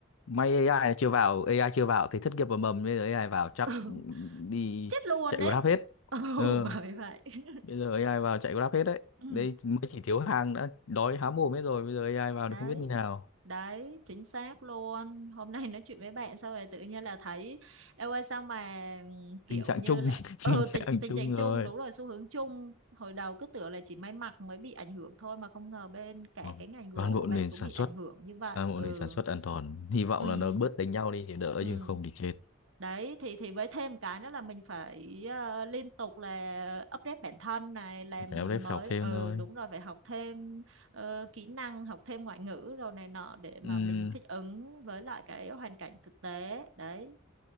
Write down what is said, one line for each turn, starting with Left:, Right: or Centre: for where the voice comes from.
Left: may AI này chưa vào AI chưa vào thì thất nghiệp và mầm bây giờ AI vào chắc
Right: Ừ,
Left: đi
Right: chết luôn
Left: chạy
Right: đấy
Left: Grab hết
Right: ừ,
Left: ờ
Right: bởi vậy <laughs>
Left: bây giờ AI vào chạy Grab hết đấy
Right: ừ.
Left: đây mới chỉ thiếu hàng đã đói há mồm hết rồi bây giờ AI vào
Right: đấy
Left: thì không biết như nào
Right: đấy chính xác luôn hôm nay nói chuyện với bạn xong rồi tự nhiên là thấy em ơi sao mà kiểu
Left: tình trạng
Right: như
Left: chung
Right: là
Left: <laughs>
Right: ừ
Left: tình
Right: tình
Left: trạng
Right: tình
Left: chung
Right: trạng chung
Left: rồi
Right: đúng rồi xu hướng chung hồi đầu cứ tưởng là chỉ may mặc mới bị ảnh hưởng thôi mà không ngờ bên cả
Left: Vâng.
Right: cái ngành gỗ
Left: Toàn bộ
Right: của bạn
Left: nền
Right: cũng
Left: sản
Right: bị ảnh
Left: xuất,
Right: hưởng như vậy
Left: toàn bộ
Right: ừ
Left: nền sản xuất an toàn. Hy vọng
Right: ừ
Left: là nó bớt đánh nhau đi thì đỡ
Right: ừ
Left: chứ không thì chết.
Right: đấy thì thì với thêm cái nữa là mình phải ờ, liên tục là update bản thân này làm
Left: Phải em đấy
Right: mới
Left: học thêm
Right: ừ
Left: thôi.
Right: đúng rồi phải học thêm ờ, kỹ năng học thêm ngoại ngữ rồi này nọ để mà
Left: Ừm,
Right: mình thích ứng với lại cái hoàn cảnh thực tế đấy